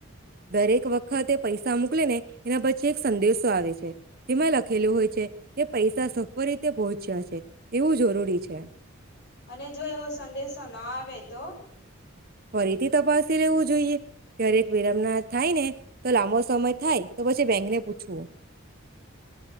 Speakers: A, on the right; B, on the left.
A: દરેક વખતે પૈસા મોકલી ને એના પછી એક સંદેશો આવે છે. જેમાં લખેલું હોય છે કે પૈસા સફળ રીતે પહોંચ્યા છે એવું જરૂરી છે
B: અને જો એવો સંદેશો ના આવે તો
A: ફરીથી તપાસ તે રહેવું જોઈએ. ક્યારેક વિરંબના થાય ને તો લાંબો સમય થાય તો પછી બેંકને પૂછવું.